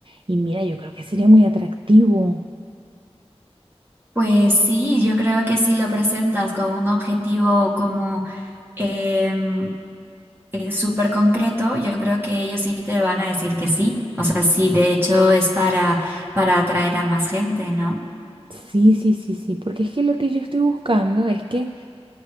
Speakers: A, on the right; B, on the right.
A: Y mira, yo creo que sería muy atractivo.
B: Pues sí, yo creo que si lo presentas con un objetivo como em, eh, súper concreto, yo creo que ellos sí te van a decir que sí. O sea, sí, de hecho es para, para atraer a más gente, ¿no?
A: Sí, sí, sí, sí, porque es que lo que yo estoy buscando es que